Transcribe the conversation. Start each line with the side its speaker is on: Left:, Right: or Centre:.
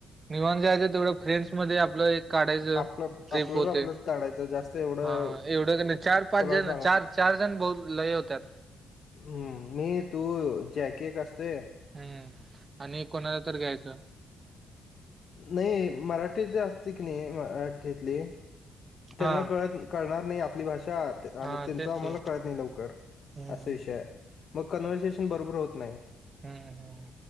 Right: निवान जायचं, तेवढं फ्रेंडसध्ये आपलं एक काढायच,
Left: आपलं
Right: ट्रिप
Left: आपलंच
Right: होते,
Left: आपलंच काढायचं जास्त एवढं
Right: हा एवढं क नाही चार पाच
Left: कोणाला
Right: जण,
Left: सांगा
Right: चार चार जण, बहू लय होत्याात
Left: हम्म, मी, तू, जॅकी एक असतोय
Right: हम्म, आणि कोणाला तर घ्यायचं.
Left: नाही, मराठीत जे असते की नाही, मराठीतले त्यांना
Right: हा
Left: कळत, कळणार नाही, आपली भाषा
Right: हा
Left: आणि त्यांच
Right: तेच
Left: आम्हाला
Right: की
Left: कळत नाही लवकर,
Right: हम्म
Left: असा विषय आहे, मग कन्व्हरर्सेशन बरोबर होत नाही.
Right: हम्म हम्म